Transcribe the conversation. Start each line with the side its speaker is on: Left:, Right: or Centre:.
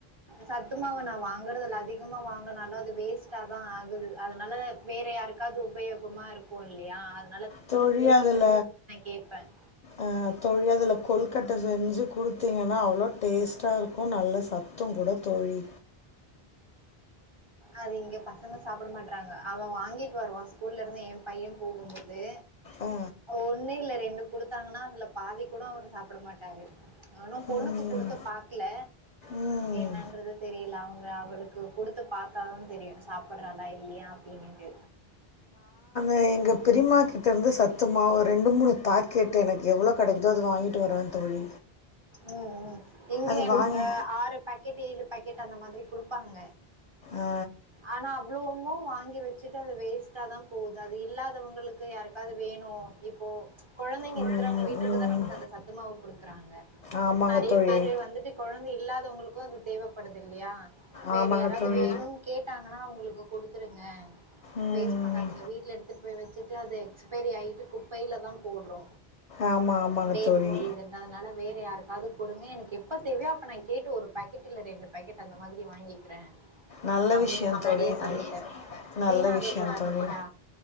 Right: சத்துமாவ நா வாங்கறதில்ல அதிகமா வாங்கனாலு அது வேஸ்ட்டா தா ஆகுது அதனால வேற யாருக்காவ்து உபயோகமா இருக்கு இல்லையா அது
Left: தோழி அதுல
Right: கேட்பேன்
Left: அஹ் தோழி அதுல கொலுக் கட்ட செஞ்சு குடுத்தீங்க னால அவ்ளோ டேஸ்ட்டா இருக்கு நல்லா சத் துங் கூட தோழி
Right: அது இங்க பசங்க சாப்ட மாட்றாங்க அவ வாங்கிட்டு வருவா ஸ்கூல்ல இருந்து எ பைய போகும் போது
Left: ஆ
Right: ஒன்னு இல்ல ரெண்டு குடுத்தாங்னா அதுல பாதி கூட அவரு சாப்ட மாட்டாரு இன்னு பொண்ணுக்கு
Left: ம்
Right: குடுத்து பாக்ல
Left: ம்
Right: என்னன்றது தெரியல அவ்ங்க அவளுக்கு குடுத்து பாத்தாதா தெரியு சாப்புட்றலா இல்லையா அப்டினிட்டு
Left: அஹ் எங்க பெரிமாக்கிட்டருந்து சத்துமாவு ரெண்டு மூணு பாக்கெட்டு் எனக்கு எவ்ளோ கெடைக்குதோ அது வாங்கிட்டு வருவே தோழி
Right: உம் உம் இங்கே
Left: அது
Right: என்
Left: வாங்கி
Right: அஹ் ஆறு பாக் கெட் ஏழு பாக்கெட் அந்த மாதிரி குடுப்பாங்க
Left: ஆ
Right: ஆனா அவ்ளோமு வாங்கி வச்சுட்டு அது வேஸ்ட்டாதா போகுது அது இல்லாதவங்களுக்கு யாருக்காது வேணு இப்போ கொழந்தைங்க
Left: ம்
Right: இருக்கிறவங்க வீட்டுக்கு
Left: ம்
Right: தா நமக்கு அந்த சத்துமாவு குடுக்குறாங்க
Left: ஆமாங்க
Right: நெறைய
Left: தோழி
Right: பேரு வந்துட்டு கொழந்தை இல்லாதவங்களுக்கு அது தேவப்படுது இல்லையா வேற
Left: ஆமாங்க
Right: யாராவ்து
Left: தோழி
Right: வேணு னா அவ்ங்களுக்கு குடுத்துருங்க
Left: ம்
Right: வேஸ்ட் பண்ணாதீங்க வீட்ல எடுத்து ட்டு போய் வச்சுட்டு அது எக்ஸ்பைரி ஆயிட்டு குப்பைல தா போட்றோ
Left: ஆமாம் ஆமாங்க
Right: டேட்டு
Left: தோழி
Right: முடியுதுன்டு அதனால வேற யாருக் கது குடுங்க எனக்கு எப்ப தேவையோ அப்ப நா கேட்டு ஒரு பேக்கெட் இல்ல ரெண்டு பேக்கெட் அந்த மாதிரி வாங்கிக்கிறே
Left: நல்ல
Right: அப்டின்னு
Left: விஷயம்
Right: முன்னாடியே
Left: தோழி
Right: சொல்லிட்டே
Left: நல் நல்ல
Right: வீண ஆக
Left: விஷயம்
Right: கூடாது
Left: தோழி
Right: இல்லையா